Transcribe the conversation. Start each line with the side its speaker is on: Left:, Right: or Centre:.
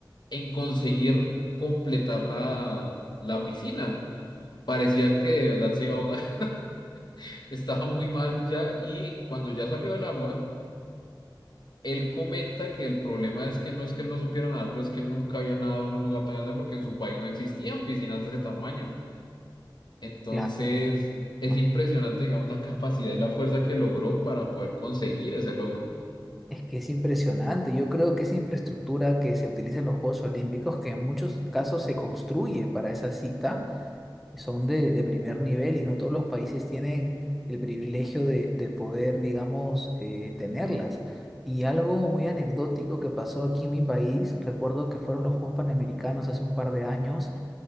Left: en conseguir completar la, la piscina. Parecía que de verdad se iba a ahogar, <laughs> estaba muy mal ya y cuando ya salió del agua, él comenta que el problema es que no es que él no supiera nadar, pero es que nunca había nadado en un lugar tan grande porque en su país no existían piscinas de ese tamaño. Entonces,
Centre: Claro. sí.
Left: es
Centre: Ma-
Left: impresionante, digamos, la capacidad y la fuerza que logró para poder conseguir ese logro.
Centre: Es que es impresionante. Yo creo que esa infraestructura que se utiliza en los Juegos Olímpicos, que en muchos casos se construye para esa cita, son de, de primer nivel y no todos los países tienen el privilegio de, de poder, digamos, eh, tenerlas. Y algo muy anecdótico que pasó aquí en mi país, recuerdo que fueron los Juegos Panamericanos hace un par de años